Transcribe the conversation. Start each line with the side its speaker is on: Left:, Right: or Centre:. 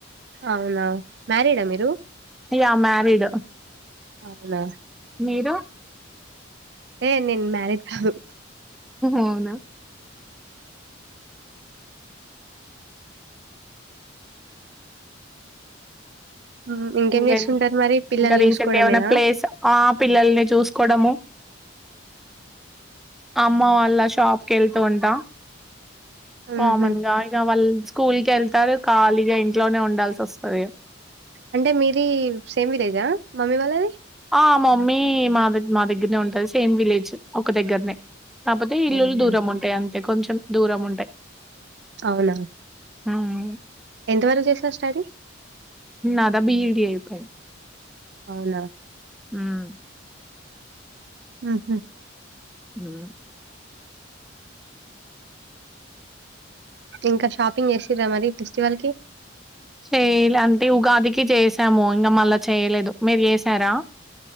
Right: అవునా మ్యారీడా మీరు!
Centre: యా మ్యారీడ్
Right: అవునా
Centre: మీరు
Right: ఏ నేన్ మ్యారీడ్ కాదు.
Centre: అవునా
Right: హ్మ్
Centre: ఇంకేం
Right: చేస్తుంటారు మరి పిల్లల్ని
Centre: ఇంక రీసెంట్
Right: చూసుకోవడమేనా
Centre: ఏమైనా ప్లేస్ ఆ పిల్లల్ని చూసుకోవడము, అమ్మ వాళ్ళ షాప్ కెళ్తూ ఉంటా
Right: హుహు.
Centre: కామన్ గా ఇగ వాళ్ళ్ స్క్ కూల్ కెళ్తారు ఖాళీగా ఇంట్లోనే ఉండాల్సొస్తది ఇగ.
Right: అంటే మీరి సేమ్ విలేజా మమ్మీ వాళ్ళది!
Centre: అ మమ్మీ మా దగ్గ్ మా దగ్గరనే ఉంటది సేమ్ విలేజ్ ఒక దగ్గర్నే. కాపోతే ఇల్లులు
Right: అవునా?
Centre: దూరం ఉంటయి అం తే కొంచెం దూరం ఉంటయి.
Right: అవునా
Centre: హ్మ్
Right: ఎంత వరకు చేశారు స్టడీ?
Centre: నాదా బి ఈ డి అయి థ్యాంక్యూ
Right: అవునా
Centre: హ్మ్
Right: హ్మ్ హు
Centre: హ్మ్
Right: ఇంక షాపింగ్ చేసిన్రా మరి ఫెస్టివల్‌కి?
Centre: చేయలే అంటే ఉగాది. కి చేసాము. ఇంగ మళ్ళ చేయలేదు. మీరు చేసారా